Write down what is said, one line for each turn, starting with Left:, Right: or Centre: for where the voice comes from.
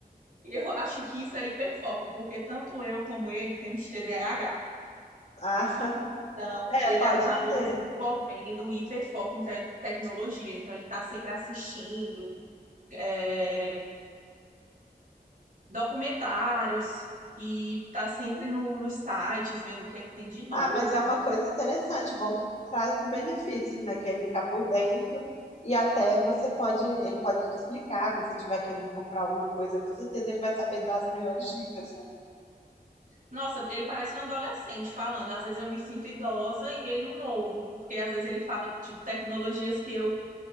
Right: Eu acho que isso é hiperfoco, porque tanto eu como ele temos TDAH.
Left: Ah, <laughs>
Right: Então,
Left: é,
Right: ele
Left: pode
Right: acabou
Left: ser.
Right: desenvolvendo o hiperfoco em te- tecnologia. Então, ele está sempre assistindo é, documentários e está sempre no, nos sites vendo o que é que tem de novo.
Left: Ah, mas é uma coisa interessante, bom que traz os benefícios, né? Que é ele ficar por dentro e até você pode, ele pode te explicar quando você estiver querendo comprar alguma coisa, com certeza ele vai saber dar as melhores dicas, né?
Right: Nossa, ele parece um adolescente falando. Às vezes eu me sinto idosa e ele um novo, porque às vezes ele fala, tipo, tecnologias que eu.